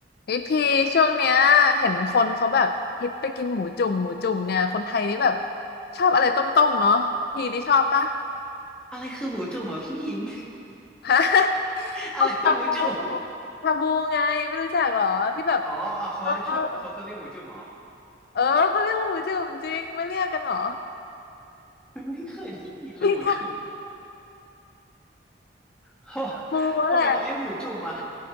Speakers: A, on the left; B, in the centre.
A: พี่พีช่วงเนี้ยเห็นคนเขาแบบฮิตไปกินหมูจุ่มหมูจุ่มเนี่ยคนไทยนี่แบบชอบอะไรต้มๆเนาะพี่นี่ชอบปะ
B: อะไรคือหมูจุ่มเหรอพี่พิงค์
A: ฮะ <laughs>
B: <laughs> อะไรคือหมูจุ่ม
A: ชอบชาบูชาบูไงไม่รู้จักเหรอที่แบบ
B: อ๋อเอาเขาเรียกชาบูเขาเขาเรียกหมูจุ่มเหรอ
A: เออเออเขาเรียกว่าหมูจุ่มจริงไม่เรียกกันเหรอ
B: ไม่ไม่เคยได้ยินเลยหมูจุ่ม
A: พี่ชา
B: <laughs> เขา
A: บูแหละ
B: ทำไมเขาเรียกหมูจุ่มอ่ะ